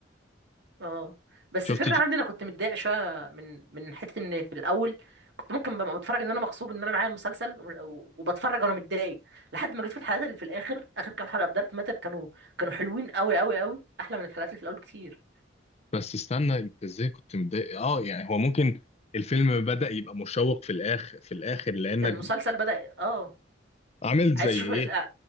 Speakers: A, on the right; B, on the left.
A: اه بس
B: شفت
A: الفكره
B: ج...
A: عندي انا كنت متضايق شويه من من حته ان في الاول كنت ممكن ببقى بتفرج ان انا مغصوب ان انا معايا المسلسل وم- و- وبتفرج وانا متضايق لحد ما جيت في الحلقات اللي في الاخر اخر كام حلقه في دارك ماتر كانوا كانوا حلوين قوي قوي قوي احلى من الحلقات اللي في الاول بكتير
B: بس استنى انت ازاي كنت متضايق اه يعني هو ممكن الفيلم بدأ يبقى مشوق في الاخر في الاخر لانك
A: المسلسل بدأ اه
B: عملت
A: عايز
B: زي ايه
A: تشوف ال...